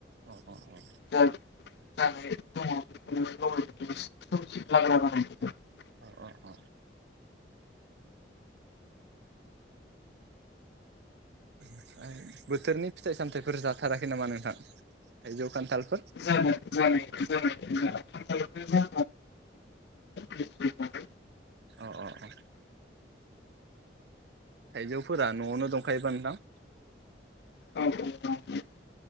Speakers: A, on the right; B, on the left.
A: अ अ अ
B: जा <unintelligible>
A: अ ओ ओ ओमफ्राय बोथोरनि फिथाइ सामथायाइफोर जाथाराखै नामा नोंथां थाइजौ खान्थालफोर
B: जानाय जानाय जानाय जा <unintelligible> <unintelligible>
A: अ अ अ थाइजौफोरा न'आवनो दंखायोबा नोंथां
B: औ औ औ